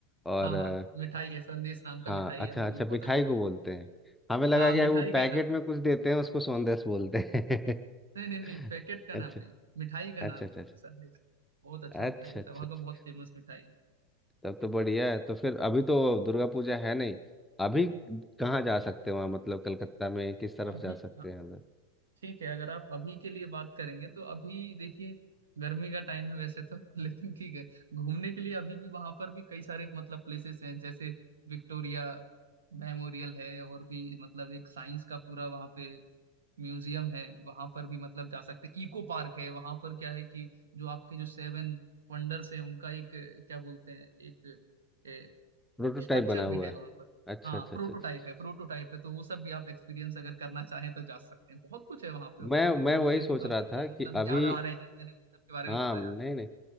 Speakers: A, in the centre; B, on the right.
A: और
B: हाँ
A: अ,
B: हाँ मिठाई है संदेश नाम का
A: हाँ
B: मिठाई
A: अच्छा
B: है वो
A: अच्छा
B: भी बहुत
A: मिठाई
B: अच्छा मिठाई।
A: को बोलते हैं हमें लगा
B: हाँ
A: कि
B: मिठाई
A: वो पैकेट
B: का ही नाम
A: में कुछ
B: है
A: देते हैं उसको सौंदेश बोलते हैं
B: नहीं नहीं नहीं
A: <laughs>
B: पैकेट का
A: अच्छा
B: नाम नहीं मिठाई का
A: अच्छा
B: नाम
A: अच्छा
B: है वो
A: अच्छा
B: संदेश बहुत अच्छा
A: अच्छा
B: मिठाई होता
A: अच्छा
B: है वहाँ
A: अच्छा।
B: का बहुत फेमस मिठाई है
A: तब तो बढ़िया है तो फिर अभी तो दुर्गा पूजा है नहीं अभी कहाँ जा सकते हैं वहाँ मतलब कलकत्ता में किस तरफ
B: अभी
A: जा सकते
B: हाँ
A: हैं उधर
B: ठीक है अगर आप अभी के लिए बात करेंगे तो अभी देखिए गर्मी का टाइम है वैसे तो <laughs> लेकिन ठीक है घूमने के लिए अभी भी वहाँ पर भी कई सारे मतलब प्लेसेस हैं जैसे विक्टोरिया मेमोरियल है और भी मतलब एक साइंस का पूरा वहाँ पे म्यूजियम है वहाँ पर भी मतलब जा सकते हैं इको पार्क है वहाँ पर क्या है कि जो आपके जो सेवन वंडर्स हैं उनका एक अ, क्या बोलते हैं एक
A: प्रोटोटाइप
B: स्ट्रक्चर
A: बना हुआ
B: भी है
A: है
B: वहां पर
A: अच्छा
B: हाँ
A: अच्छा
B: प्रोटोटाइप
A: अच्छा अच्छा अच्छा।
B: है प्रोटोटाइप है तो वो सब भी आप एक्सपीरियंस अगर करना चाहें तो जा सकते हैं बहुत कुछ है वहां पे
A: मैं
B: और
A: मैं
B: मेरे
A: वही सोच
B: को तो
A: रहा
B: अभी
A: था
B: तो
A: कि
B: मतलब
A: अभी
B: याद आ रहे हैं मैंने उन सब के बारे
A: हाँ
B: में बताया
A: नहीं नहीं